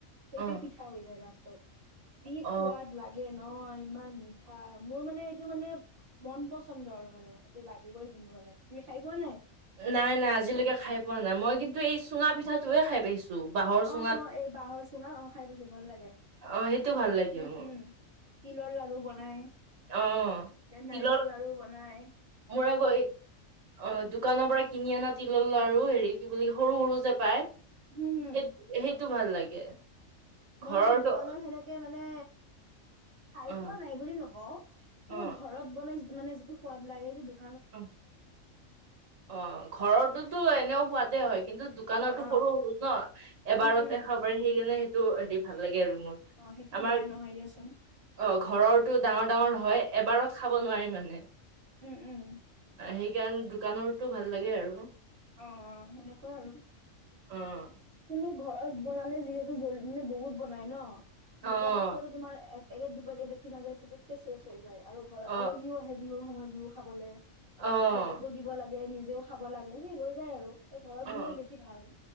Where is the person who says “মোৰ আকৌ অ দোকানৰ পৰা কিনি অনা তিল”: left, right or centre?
Right